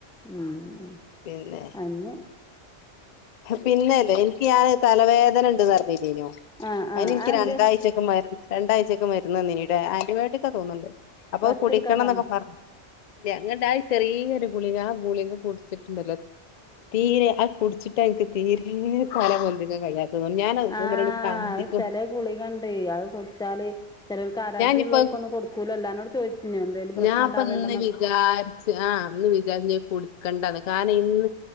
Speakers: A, in the centre; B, on the left.
A: ഉം
B: പിന്നെ
A: അന്നെ
B: പിന്നെല്ലേ എനിക്ക് ഞാന് തലവേദന ഉ <unintelligible>
A: ആഹ് ആഹ്
B: അതിന് എനിക്ക്
A: അതെന്തേ
B: രണ്ടാഴ്ചക്കു രണ്ടാഴ്ചക്കെ മരുന്ന് തന്നിനു ആന്റിബയോട്ടിക്ക തോന്നുന്നുണ്ട് അപ്പൊ
A: റസ്റ്റ്
B: കുടിക്കണംന്നൊക്കെ
A: എടുക്കാൻ പറഞ്ഞു
B: പറുല്ലങ്ങ ചെറിയൊരു ഗുളിക ആ ഗുളി കുടിച്ചിട്ടുണ്ടല്ലോ തീരെ ആ കുടിച്ചിട്ട് എനിക്ക് തീരെ തല പൊന്തിക്ക കഴിയ ഞൻ
A: ആഹ്
B: മുലളതിക്കും
A: അത് ചെല ഗുളികണ്ട് അത് കുടിച്ചാല് ചിലർക്ക് അലർജി
B: ഞാനിപ്പ
A: ഉള്ളോർക്കൊന്നും കൊടുക്കൂലല്ലോ അന്നോട് ചോദിച്ചിനോ എന്തേലും പ്രശ്നം
B: ഞാൻ അപ്പൊ
A: ഉണ്ടാവേണ്ടന്നൊക്കെ
B: ഇന്ന് വിചാരിച്ച് ആഹ് ഒന്ന് വിചാരിച്ചടി കണ്ടാ കാരണം ഇന്ന്